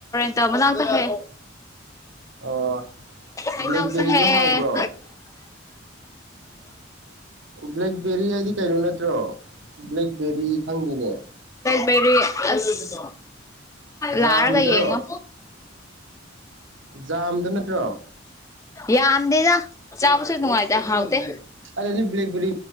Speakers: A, on the left (about 15°); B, on the right (about 65°).
A: ꯇ ꯃꯅꯥ ꯇ ꯍꯦ
B: ꯑꯣ
A: ꯍꯩꯅꯧꯁꯨ
B: ꯕ꯭ꯂꯦꯛ ꯕꯦꯔꯤꯗꯣ
A: ꯍꯦꯛꯑꯦ
B: ꯍꯥꯎꯕꯔꯣ ꯕ꯭ꯂꯦꯛ ꯕꯦꯔꯤ ꯍꯥꯏꯗꯤ ꯀꯩꯅꯣ ꯅꯠꯇ꯭ꯔꯣ ꯂꯩ ꯕꯦꯔꯤ ꯈꯪꯗꯤꯅꯦ
A: ꯄꯦꯔꯤ ꯑꯁ ꯂꯥꯔꯒ
B: ꯖꯥꯝꯗꯔꯣ
A: ꯌꯦꯡꯉꯣ
B: ꯖꯥꯝꯗꯣ ꯅꯠꯇ꯭ꯔꯣ
A: ꯌꯥꯝꯗꯦꯗ ꯆꯥꯕꯁꯨ ꯅꯉꯥꯏꯗꯥ ꯍꯥꯎꯇꯦ
B: ꯑꯗꯨꯗꯤ ꯕꯂꯦꯛꯕꯔꯤ